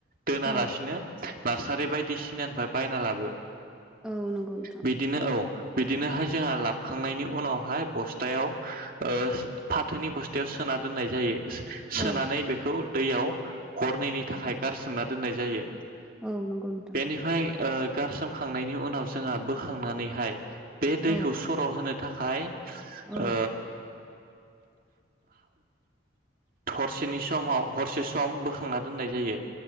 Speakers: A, on the right; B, in the centre.
A: दोनालासिनो
B: औ
A: नार्सारि बायदिसिनानिफ्राय बायना लाबो
B: औ नंगौ नोंथां।
A: बिदिनो औ बिदिनोहाय जोंहा लाबखांनायनि उनावहाय बस्थायाव ओ फाथोनि बस्थायाव सोना दोननाय जायो। सोनानै
B: औ
A: बेखौ दैयाव हरनैनि थाखाय गारसोमना दोननाय जायो।
B: औ नंगौ नोंथां।
A: बेनिफ्राय ओ गारसोमखांनायनि उनाव जोंहा बोखांनानैहाय बे दैखौ
B: औ
A: सर' होनो थाखाय
B: औ
A: ओ हरसेनि समाव हरसे सम बोखांना दोननाय जायो।